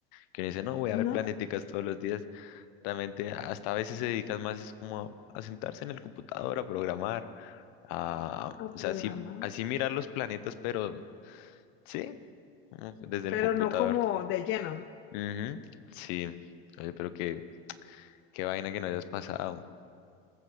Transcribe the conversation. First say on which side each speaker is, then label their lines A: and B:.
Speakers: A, on the left; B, on the left.
A: Que uno dice, no, voy
B: no
A: a ver planeticas todos los días. Realmente hasta a veces se dedican más es como a a sentarse en el computador, a programar Ah,
B: a
A: o sea,
B: programa,
A: así, así mirar los planetas, pero sí, como desde
B: pero
A: el computador.
B: no como de lleno.
A: Ujú, sí. Oye, pero qué, qué vaina que no hayas pasado.